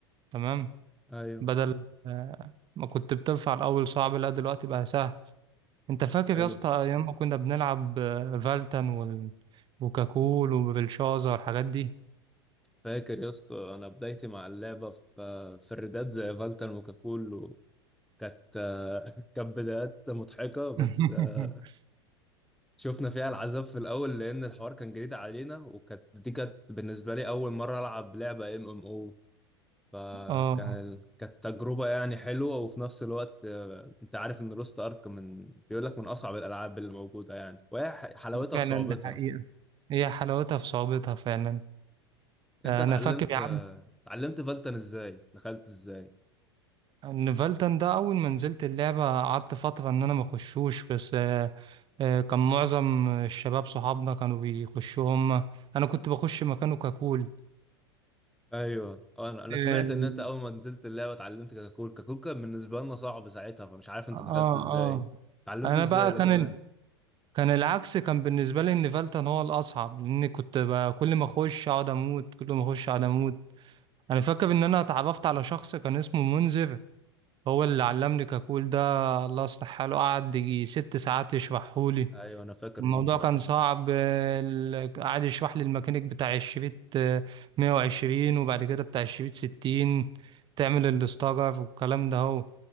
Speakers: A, on the right; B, in the centre.
A: تمام
B: ايوه
A: بدل آه، ما كنت بترفع الاول صعب لا دلوقتي بقى سهل انت فاكر
B: حلو
A: يا اسطى ايام ما كنا بنلعب آه، فالتن وال... وكاكول وبلشازا والحاجات دي
B: فاكر يا اسطى انا بدايتي مع اللعبه في في الريدات زي فالتر وكاكول كانت <laughs> كانت بدايات مضحكه بس
A: <laughs>
B: آه، شفنا فيها العذاب في الاول لان الحوار كان جديد علينا وكانت دي كانت بالنسبه لي اول مره العب لعبه ام ام او فكان
A: اه
B: كانت تجربة يعني حلوة وفي نفس الوقت آه، انت عارف ان لوست ارك من بيقول لك من اصعب الالعاب اللي موجودة يعني وهي ح- حلاوتها
A: فعلا
B: في صعوبتها
A: ده حقيقة هي حلاوتها في صعوبتها فعلا
B: انت
A: انا
B: اتعلمت
A: فاكر يا
B: آه،
A: عم
B: اتعلمت فالتن ازاي دخلت ازاي
A: ان فالتن ده اول ما نزلت اللعبة قعدت فترة ان انا ما اخشوش بس آه، آه، كان معظم الشباب صحابنا كانوا بيخشوا هم انا كنت بخش مكانه كاكول
B: ايوه انا انا
A: اه
B: سمعت ان انت اول ما نزلت اللعبة اتعلمت كاكول كاكول كان بالنسبة لنا صعب ساعتها فمش عارف انت
A: اه
B: دخلت ازاي
A: آه.
B: اتعلمته
A: انا
B: ازاي
A: بقى
B: ده
A: كان
B: كمان
A: ال... كان العكس كان بالنسبة لي ان فالتن هو الاصعب لان كنت ب- كل ما اخش اقعد اموت كل ما اخش اقعد اموت انا فاكر ان انا اتعرفت على شخص كان اسمه منذر هو اللي علمني كاكول ده الله يصلح حاله قعد يجي ست ساعات يشرحهولي
B: ايوه انا فاكر
A: الموضوع
B: منظر
A: كان صعب ال- قعد يشرح لي الميكانيك بتاع الشريط آه، 120 وبعد كده بتاع الشريط 60 تعمل الاستارر والكلام ده هو